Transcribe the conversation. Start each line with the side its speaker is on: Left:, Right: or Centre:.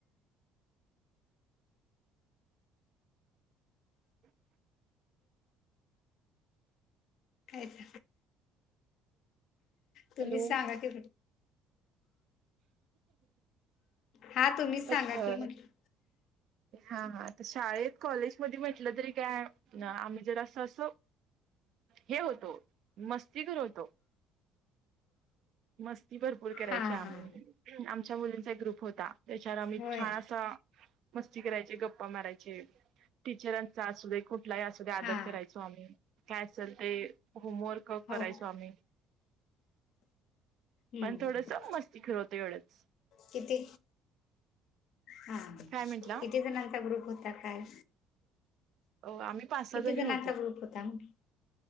Right: <unintelligible> <unintelligible>
Left: कायच? तुम्ही
Right: हॅलो
Left: सांगा ते हा तुम्हीच
Right: आता
Left: सांगा
Right: काय?
Left: की म्हटलं.
Right: हा हा तर शाळेत कॉलेजमध्येध्ये म्हटलं तरी काय आम्ही जर असं असं. हे होतो मस्तीकर होतो. मस्ती भरपूर करायची
Left: हा
Right: आम्ही
Left: हा
Right: आमच्या मुलींचा एक ग्रुप होता त्याच्यावर आम्ही
Left: होय
Right: छान असा. मस्ती करायचे गप्पा मारायचे. टीचरांचा असू दे कुठलाही असू दे आदर
Left: हा
Right: करायचो आम्ही काय असेल ते होमवर्क करायच
Left: हो
Right: आ्ही
Left: हम्म
Right: पण थोडस मस्ती कर होतो एवढंच.
Left: किती हा
Right: काय म्हंटला
Left: किती जणांचा ग्रुप होता काय?
Right: अ आम्ही पाच सहा
Left: किती
Right: जणी
Left: जणांचा
Right: होतो
Left: ग्रुप होता म्हटलं